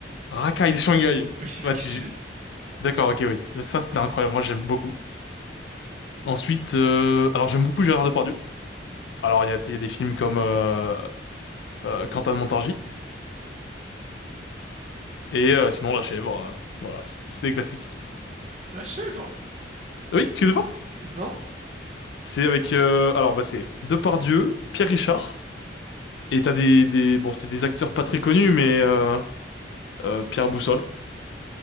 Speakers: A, on the left (about 70°); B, on the right (about 40°).
A: Rakai de Shanghai.
B: Oui, <laughs>
A: Bah,
B: ok,
A: tu...
B: je l'ai.
A: D'accord, ok, oui. Ça, c'était incroyable. Moi, j'aime beaucoup. Ensuite, euh, alors j'aime beaucoup Gérard Depardieu. Alors, il y a, tu sais, il y a des films comme euh, euh, Quentin de Montargis et euh, sinon La Chèvre. euh, voilà, c'est c'est des classiques.
B: La chèvre!
A: Ah Oui, tu connais pas?
B: Non?
A: C'est avec, euh, alors, bah, c'est Depardieu, Pierre Richard et t'as des, des, bon, c'est des acteurs pas très connus, mais euh, euh, Pierre Boussole.